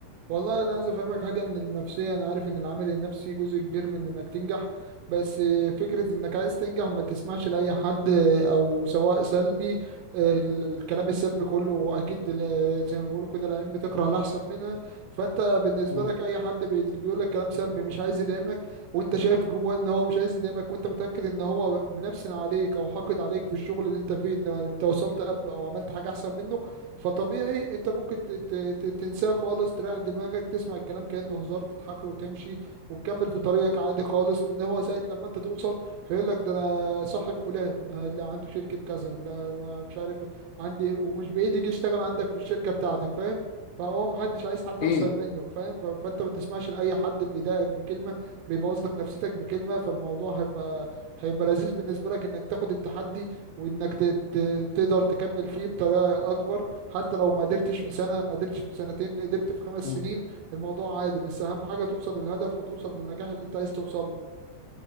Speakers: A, on the right; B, on the left.
A: والله انا عايز افهمك حاجه ان النفسيه انا عارف ان العامل النفسي جزء كبير من انك تنجح بس فكره انك عايز تنجح ما تسمعش لاي حد او سواء سلبي ال- الكلام السلبي كله اكيد ال- زي ما بيقولوا كده العين بتكره الاحسن منها فانت بالنسبه
B: مم.
A: لك اي حد بي- بيقول لك كلام سلبي مش عايز يدعمك وانت شايف جواه ان هو مش عايز يدعمك وانت متاكد ان هو منفسن عليك او حاقد عليك في الشغل اللي انت فيه ان انت وصلت قبله او عملت حاجه احسن منه فطبيعي انت ممكن ت- ت- ت- تنساه خالص تريح دماغك تسمع الكلام كأنه هزار تضحك له وتمشي وتكمل في طريقك عادي خالص لان هو ساعة لما انت توصل هيقول لك ده انا صاحب فلان آه، اللي عنده شركة كذا لا انا مش عارف عندي ومش بعيد يجي يشتغل عندك في الشركة بتاعتك فاهم فهو محدش عايز حد
B: اكيد
A: احسن منه فاهم ف- فانت ما تسمعش لاي حد بيضايقك بكلمة بيبوظ لك نفسيتك بكلمة فالموضوع هيبقى هيبقى لذيذ بالنسبة لك انك تاخد التحدي وانك ت- ت- تقدر تكمل فيه بطريقة اكبر حتى لو ما قدرتش في سنة ما قدرتش في سنتين قدرت في خمس
B: مم.
A: سنين الموضوع عادي بس أهم حاجة توصل للهدف وتوصل للنجاح اللي أنت عايز توصل له